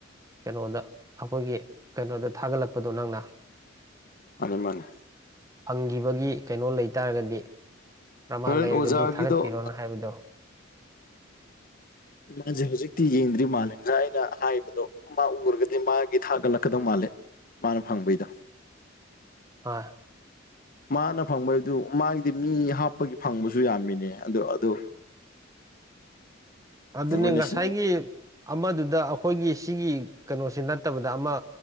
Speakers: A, on the right; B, on the left.
A: ꯀꯩꯅꯣꯗ ꯑꯩꯈꯣꯏꯒꯤ ꯀꯩꯅꯣꯗ ꯊꯥꯒꯠꯂꯛꯄꯗꯣ ꯅꯪꯅ
B: ꯃꯥꯅꯦ ꯃꯥꯅꯦ
A: ꯐꯪꯈꯤꯕꯒꯤ ꯀꯩꯅꯣ ꯂꯩꯇꯥꯥꯔꯒꯗꯤ ꯄ꯭ꯔꯃꯥꯟ
B: ꯍꯣꯔꯦꯟ
A: ꯂꯩꯔꯒꯗꯤ
B: ꯑꯣꯖꯥꯒꯤꯗꯣ
A: ꯊꯥꯒꯠꯄꯤꯔꯣꯅ ꯍꯥꯏꯕꯗꯣ
B: ꯃꯥꯁꯦ ꯍꯧꯖꯤꯛꯇꯤ ꯌꯦꯡꯗ꯭ꯔꯤ ꯃꯥꯂꯗꯥ ꯑꯩꯅ ꯍꯥꯏꯕꯗꯣ ꯃꯥ ꯎꯔꯒꯗꯤ ꯃꯥꯒꯤ ꯊꯥꯒꯠꯂꯛꯀꯗꯧ ꯃꯥꯜꯂꯦ ꯃꯥꯅ ꯐꯪꯕꯩꯗ
A: ꯍ
B: ꯃꯥꯅ ꯐꯪꯕꯩꯗꯨ ꯃꯥꯒꯤꯗꯤ ꯃꯤ ꯍꯥꯞꯄꯒꯤ ꯐꯪꯕꯁꯨ ꯌꯥꯝꯃꯤꯅꯦ ꯑꯗꯣ ꯑꯗꯨ
A: ꯑꯗꯨꯅꯦ
B: ꯑꯩꯈꯣꯏꯅ
A: ꯉꯁꯥꯏꯒꯤ
B: ꯁꯤ
A: ꯑꯃꯗꯨꯗ ꯑꯩꯈꯣꯏꯒꯤ ꯁꯤꯒꯤ ꯀꯩꯅꯣꯁꯦ ꯅꯠꯇꯕꯗ ꯑꯃ